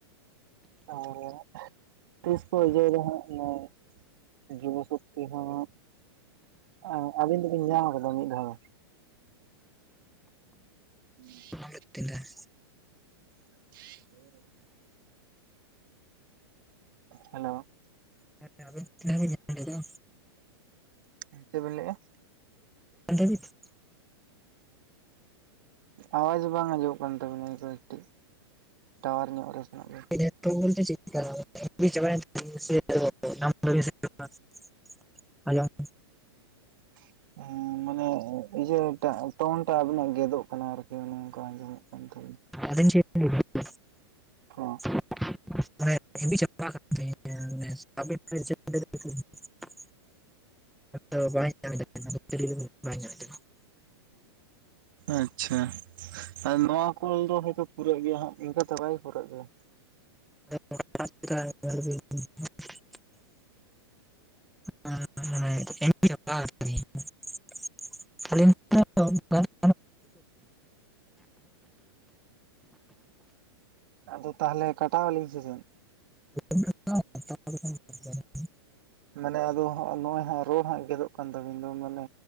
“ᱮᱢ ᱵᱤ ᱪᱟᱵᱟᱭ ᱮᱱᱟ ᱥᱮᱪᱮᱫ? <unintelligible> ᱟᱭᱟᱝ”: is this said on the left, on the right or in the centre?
Centre